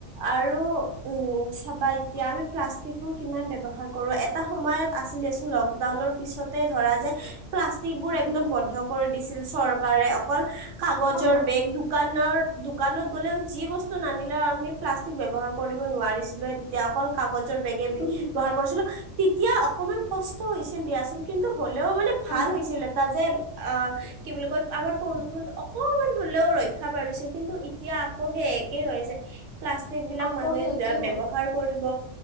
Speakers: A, on the right; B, on the left.
A: আৰু উম চাবা এতিয়া আমি প্লাষ্টিক বোৰ কিমান ব্যৱহাৰ কৰোঁ। এটা সময়ত আছিলেচোন লকডাউনৰ পিছতে ধৰা যে প্লাষ্টিক বোৰ একদম
B: উম
A: বন্ধ কৰি দিছিল চৰকাৰে অকল কাগজৰ
B: অ
A: বেগ দোকানৰ দোকানত গ'লেও যি বস্তু নানিলেও আমি প্লাষ্টিক বব্যৱহাৰ কৰিব নোৱাৰিছিলৱে তেতিয়া অকল কাগজৰ বেগে দি
B: উম
A: গুৱা কৰিছিলো তেতিয়া অকমান কষ্ট হৈছিল দিয়াচোন কিন্তু হ'লেও মানে ভাল
B: অ
A: হৈছিল এটা যে আহ কি বুলি কয় আমাৰ প্ৰদূষণটো অকমান হলেও ৰক্ষা পৰিছিল কিন্তু এতিয়া- আকৌ সেই একে হৈছে প্লাষ্টিক বিলাক
B: আকৌ
A: মানুহে
B: সেই একেই হ'ল
A: ব্যৱহাৰ কৰিব।